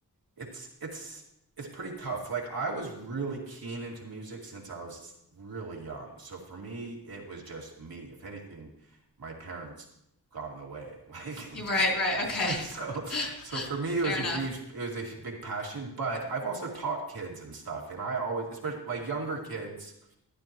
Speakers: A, on the right; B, on the left.
A: it's it's it's pretty tough. Like I was really keen into music since I was really young. So for me, it was just me. If anything, my parents gone the way. Like
B: Right, right. Okay.
A: <laughs> so
B: <laughs>
A: so for me
B: Fair
A: it was
B: enough.
A: a huge it was a big passion, but I've also taught kids and stuff and I always especially like younger kids